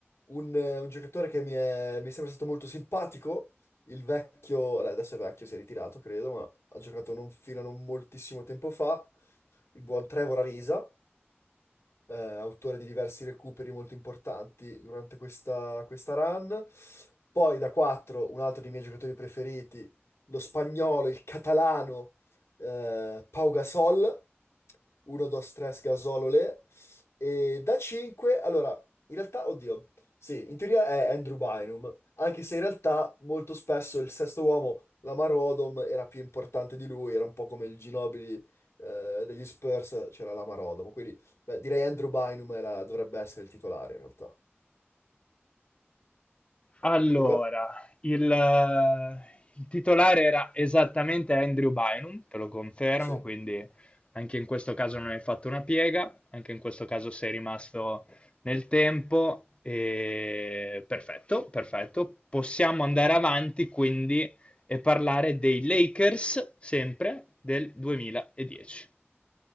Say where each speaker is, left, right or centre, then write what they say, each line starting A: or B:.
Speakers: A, on the left; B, on the left.
A: un, eh, un giocatore che mi è, mi è sempre stato molto simpatico, il vecchio, allora, adesso è vecchio, si è ritirato credo, ma ha giocato non, fino a non moltissimo tempo fa, il buon Trevor Ariza, eh, autore di diversi recuperi molto importanti durante questa, questa run. Poi da 4, un altro dei miei giocatori preferiti, lo spagnolo, il catalano, eh, Pau Gasol. 1, 2, 3, gasolole. E da 5, allora, in realtà, oddio, sì, in teoria è Andrew Bynum, anche se in realtà molto spesso il sesto uomo, Lamar Odom, era più importante di lui, era un po' come il Ginobili eh, degli Spurs, c'era Lamar Odom, quindi beh, direi Andrew Bynum era- dovrebbe essere il titolare in realtà.
B: Allora,
A: Luca?
B: il, eh, il titolare era esattamente Andrew Bynum, te lo confermo,
A: Sì.
B: quindi anche in questo caso non hai fatto una piega, anche in questo caso sei rimasto nel tempo. E... Perfetto, perfetto. Possiamo andare avanti quindi e parlare dei Lakers sempre del 2010.